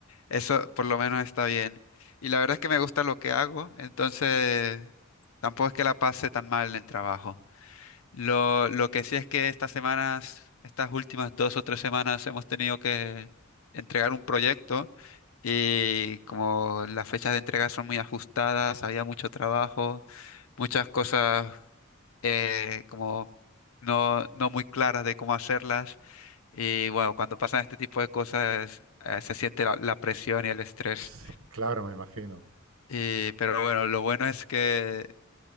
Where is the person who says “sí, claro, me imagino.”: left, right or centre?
Right